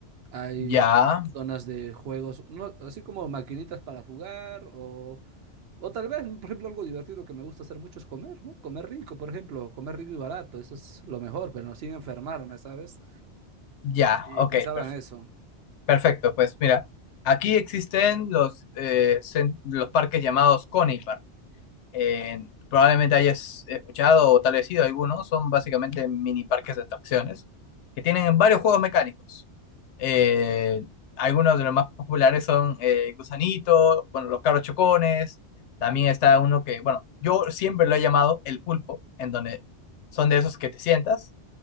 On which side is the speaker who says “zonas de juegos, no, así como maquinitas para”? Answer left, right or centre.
Right